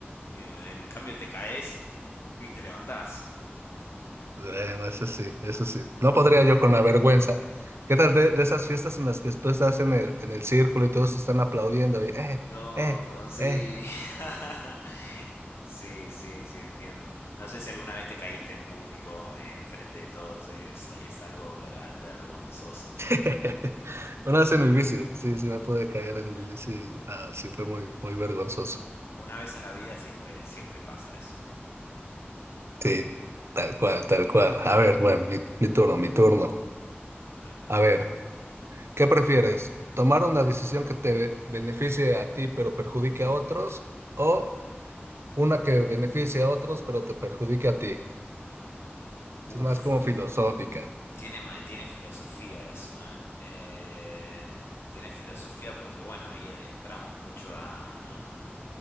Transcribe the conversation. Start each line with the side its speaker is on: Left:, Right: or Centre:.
Left: en cambio te caes y te levantás.
Right: Bueno, eso sí, eso sí. No podría yo con la vergüenza. ¿Qué tal de, de esas fiestas en las que tú estás en el, en el círculo y todos te están aplaudiendo? Y, eh,
Left: Oh,
Right: eh,
Left: sí.
Right: eh.
Left: <laughs> Sí, sí, sí, entiendo. No sé si alguna vez te caíste en público, en frente de todos, es, es algo ver- vergonzoso.
Right: <laughs> Una vez en mi bici, sí, sí me pude caer en mi bici. Ah, sí, fue muy, muy vergonzoso.
Left: Una vez en la vida siempre, siempre pasa eso.
Right: Sí, tal cual, tal cual. A ver, bueno, mi, mi turno, mi turno.
Left: Vale.
Right: A ver, ¿qué prefieres? ¿Tomar una decisión que te beneficie a ti pero perjudique a otros o una que beneficie a otros pero te perjudique a ti?
Left: Uf,
Right: Es más como filosófica.
Left: tiene, ma- tiene filosofía eso, ¿eh? Eh, Tiene filosofía porque, bueno, ahí e- entramos mucho a, a,